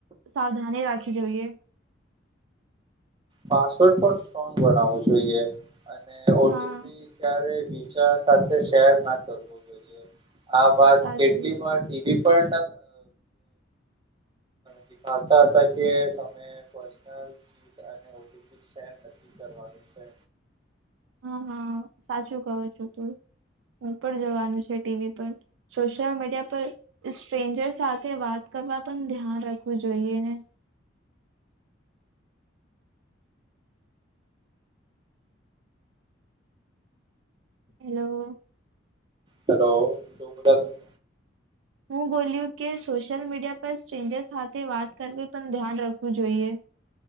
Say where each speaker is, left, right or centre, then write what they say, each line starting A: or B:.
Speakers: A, on the right; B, on the right.
A: સાવધાની રાખવી જોઈએ
B: પાસવર્ડ પણ સ્ટ્રોંગ બનાવવું જોઈએ અને ઓટીપી
A: હા
B: ક્યારેય બીજા સાથે શેર ના કરવો જોઈએ. આ વાત
A: સાચું
B: કેટલી વાર ટીવી પર દેખાવતા હતા કે તમે પર્સનલ ચીજ અને ઓટીપી શેર નથી કરવાનું છે
A: હા હા સાચું કહો છો તું હું પણ જવાનું છે ટીવી પર સોશિયલ મીડિયા પર સ્ટ્રેન્જર સાથે વાત કરવા પણ ધ્યાન રાખવું જોઈએ ને હેલો- -
B: હેલો શું બધા યમો
A: હું બોલ્યું કે સોશિયલ મીડિયા પર સ્ટ્રેન્જર સાથે વાત કરવી પણ ધ્યાન રાખવું જોઈએ.